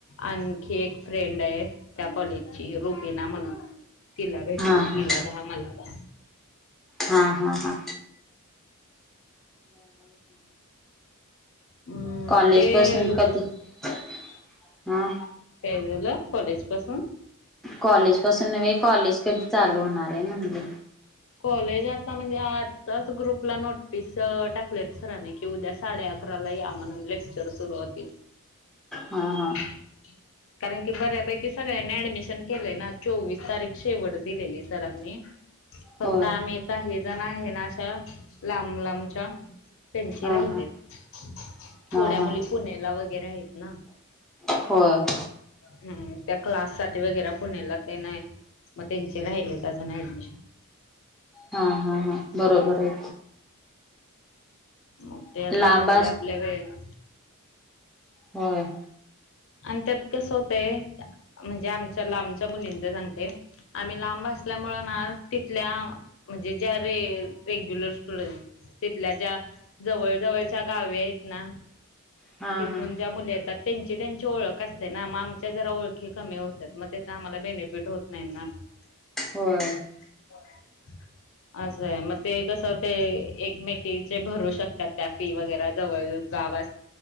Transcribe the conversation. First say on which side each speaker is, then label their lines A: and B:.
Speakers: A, on the left; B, in the centre.
A: आणखी एक फ्रेंड आहे त्या कॉलेजची रुबीना म्हणून तिला भेटली
B: हा हा
A: तिला दहा मला दहा
B: हा हा हा
A: हम्म
B: कॉलेजपासून
A: ते
B: कधी हम्म
A: काय झालं कॉलेज पासून
B: कॉलेज पासून नव्हे कॉलेज कधी चालू होणार आहे म्हणलं
A: कॉलेजला म्हणजे आताच ग्रुपला नोटीस टाकलेत सरानी उद्या साडे अकराला या म्हणून लेक्चर सुरू होतील.
B: हा हा
A: ह कारण की बऱ्यापैकी सगळ्यांनी ऍडमिशन केले ना चोवीस तारीख शेवट दिलेली सरांनी फक्त
B: होय
A: आम्ही काही जण आहे ना अशा लांब लांबच्या त्यांचे
B: हा
A: राहिलेत
B: हा हा
A: थोड्या मुली
B: हा
A: पुण्याला वगैरे आहेत ना.
B: होय
A: हम्म त्या क्लास साठी वगैरे पुण्याला ते नाही मग त्यांचे राहिलेत अजून ऍडमिशन
B: हा हा हा बरोबर आहे
A: मग
B: की
A: ते आता
B: लांब
A: आपल्या आपल्या वेळे ना
B: हम्म
A: आणि त्यात कसं होतंय म्हणजे आमच्याला आमच्या मुलींच सांगते -आम्ही लांब असल्यामुं आ तिथल्या म्हणजे ज्या रे रेग्युलर स्कूल तिथल्या ज्या जवळ जवळच्या गाव आहेत ना
B: हा
A: तिथून
B: हा
A: ज्या मुले येतात त्यांची त्यां ची ओळख असते ना मग आमच्या जरा ओळखी कमी होतात मग त्याचा आम्हाला बेनिफिट होत नाही ना.
B: होय
A: <inaudible> असं आहे मग ते कसं ते एकमेकीचे भरू शकतात त्या फी वगैरे जवळ गावा